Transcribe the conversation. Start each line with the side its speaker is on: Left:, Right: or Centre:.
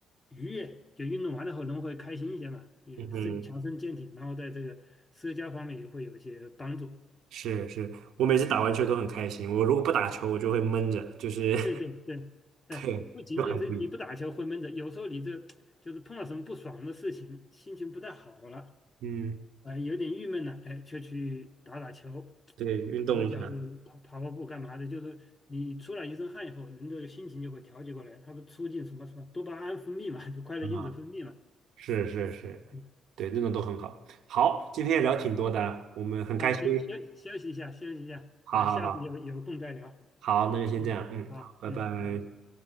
Left: 愉悦，就运动完了后人会开心一些嘛，也身强身健体，
Right: 嗯哼，
Left: 然后在这个社交方面也会有一些帮助。
Right: 是是，我每次打完球都很开心，我如果不打球，我就会闷着，就是
Left: 对对对，
Right: <laughs>
Left: 哎，
Right: 对，
Left: 不仅仅是你不打球会闷着，
Right: 就很不一样
Left: 有时候你这就是碰到什么不爽的事情，心情不太好了。
Right: 嗯，
Left: 呃，有点郁闷了，哎，就去打打球，
Right: 对，运动一下
Left: 或者叫做跑跑跑步干嘛的，就是你出了一身汗以后，人的心情就会调节过来，它不促进什么什么多巴胺分泌嘛，就快乐因子分泌嘛。
Right: 啊，是是是，
Left: 嗯，
Right: 对，那种都很好。好，今天也聊挺多的啊，我们很开心。
Left: 啊，行，休休息一下，休息一下，
Right: 好好好。
Left: 啊，下次有有空再聊。
Right: 好，那就先这样，
Left: 嗯，
Right: 嗯，
Left: 好，
Right: 好拜拜。
Left: 嗯，拜拜。